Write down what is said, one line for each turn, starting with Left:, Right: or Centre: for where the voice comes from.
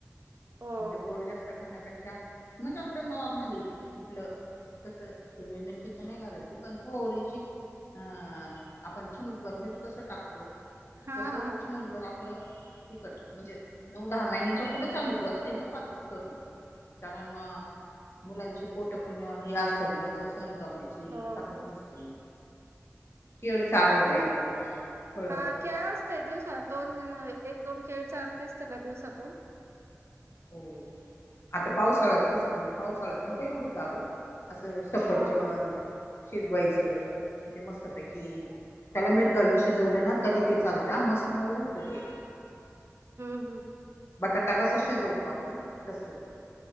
Right: हो
Left: म्हणजे गोड जास्त खाण्या पेक्षा म्हणजे आपलं नॉर्मली आपलं कसं हिरवी मिरची पण नाही घालायची पण थोडीची हां आपण चिमुटभर मीठ कसं टाकतो
Right: हा
Left: तसं
Right: हा
Left: चिमुटभर आ पलं तिकट म्हणजे नऊ, दहा महिन्याच्या पुढ चालू कर ते नको आताच करू कारण अं मुलांची पोट पण हे असत्यात ना ग सहन करण्याची
Right: हो
Left: ताकद
Right: हो
Left: नसती. केळ
Right: हम्म,
Left: चारत
Right: आता
Left: जायचं
Right: म्हटलं
Left: तिला फळ
Right: हा खेळ असतोय दिवसात दोन म हाय एक, दोन केळं चार तेच त्याला दिवसातून
Left: हो आता
Right: हम्म
Left: पावसाळ्यात कसं म्हणजे पावसाळ्यात नको एवढी चारू असं सफरचंद
Right: हा हा
Left: शिजवायचं ते मस्त पैकी
Right: हम्म
Left: त्याला मीट घालून शिजवलं ना तरी ते चालतया मस्त मऊ होते ते.
Right: हम् हम्.
Left: बटाटा कसा शिजवतो आपण तसं